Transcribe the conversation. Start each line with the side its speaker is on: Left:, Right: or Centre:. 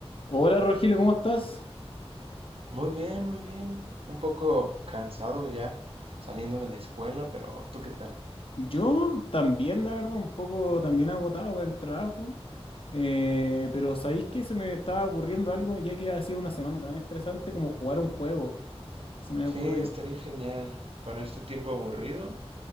Left: Hola Rogelio, ¿cómo estás?
Right: Muy bien, muy bien. Un poco cansado ya saliendo de la escuela, pero ¿tú qué tal?
Left: Yo también, la verdad, un poco también agotado por el trabajo, eh, pero ¿sabéis que se me estaba ocurriendo algo ya que ha sido una semana tan estresante como jugar un juego? Se me había
Right: Sí,
Left: ocurrido.
Right: estaría genial. Para este tiempo aburrido,